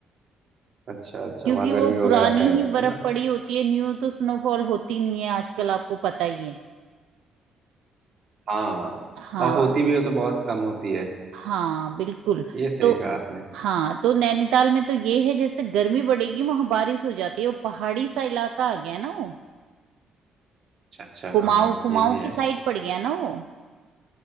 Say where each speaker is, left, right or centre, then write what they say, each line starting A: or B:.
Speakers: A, on the right; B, on the right.
A: अच्छा अच्छा
B: क्योंकि
A: वहाँ गर्मी
B: वो
A: वगैरह
B: पुरानी
A: है
B: ही
A: अभी है
B: बर्फ
A: ना
B: पड़ी होती है न्यू तो स्नोफॉल होती नहीं है आजकल आपको पता ही है
A: हाँ
B: हाँ
A: और होती भी है तो बहुत कम होती है
B: हाँ बिल्कुल
A: ये सही
B: तो
A: कहा आपने
B: हाँ तो नैनीताल में तो ये है जैसे गर्मी बढ़ेगी वहां बारिश हो जाती है वो पहाड़ी सा इलाका आ गया ना वो
A: अच्छा अच्छा
B: कुमाऊं
A: हाँ
B: कुमाऊं
A: ये भी है
B: की साइड पड़ गया ना वो